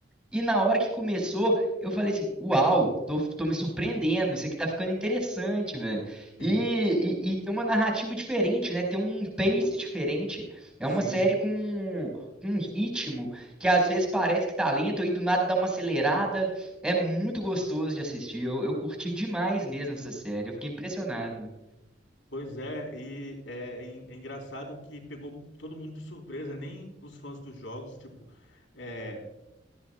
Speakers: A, in the centre; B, on the left.
A: E na hora que começou, eu falei assim: Uau, tô, tô me surpreendendo, isso aqui tá ficando interessante, velho.
B: <laughs>
A: E, e, e tem uma narrativa diferente, né? Tem um pace diferente. É
B: Sim,
A: uma série com, com um ritmo que às vezes parece que tá lento e do nada dá uma acelerada. É muito gostoso de assistir. Eu, eu curti demais mesmo essa série. Eu fiquei impressionado. velho.
B: pois é, e é, é en- é engraçado que pegou todo mundo de surpresa, nem os fãs dos jogos, tipo, é,